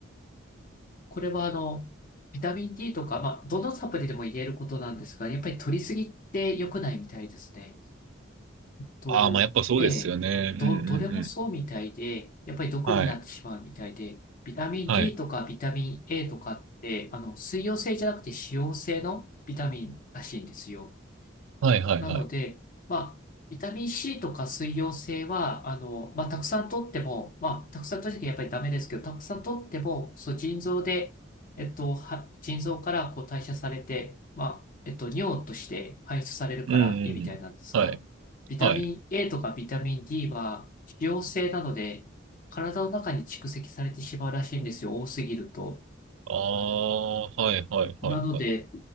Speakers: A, on the left (about 45°); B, on the right (about 80°).
A: これはあの、ビタミン D とか、まあ、どのサプリでも言えることなんですが、やっぱり取りすぎって良くないみたいですね。と、
B: ああ、まあやっぱそうですよね。
A: ええ、ど、
B: うんうん
A: どれもそうみたいで、やっぱり毒になってしまうみたいで、
B: はい。
A: ビタミン
B: はい。
A: D とかビタミン A とかって、あの、水溶性じゃなくて脂溶性のビタミンらしいんですよ。
B: はいはいはい。
A: なので、まあ、ビタミン C とか水溶性は、あの、まあ、たくさん取っても、まあ、たくさん取るときやっぱりダメですけど、たくさん取っても、そう、腎臓で、えっと、は、腎臓からこう代謝されて、まあ、えっと、尿として排出されるからいいみたいなんですが、
B: うんうんうん。はい。
A: ビタミン
B: はい。
A: A とかビタミン D は、脂溶性なので、体の中に蓄積されてしまうらしいんですよ、多すぎると。
B: ああ、はいはいはいはい。
A: なので、